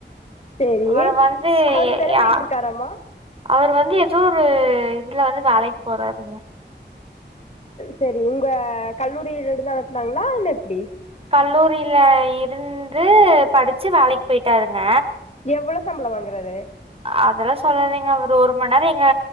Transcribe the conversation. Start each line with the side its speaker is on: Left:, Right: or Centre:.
Left: சரி
Right: அவரு வந்து
Left: அவரு இப்ப என்ன
Right: யா
Left: பண்ணிட்டு இருக்காராமா
Right: அவரு வந்து ஏதோ ஒரு இதுல வந்து வேலைக்கு போறாருங்க
Left: சேரி உங்க கல்லூரியில இருந்து நடத்துனாங்களா இல்ல எப்டி
Right: கல்லூரியில இருந்து படிச்சு வேலைக்கு போயிட்டாருங்க
Left: எவ்ளோ சம்பளம் வாங்குறாரு
Right: அதெல்லா சொல்லலேங்க அவரு ஒரு மண் நேரம் எங்க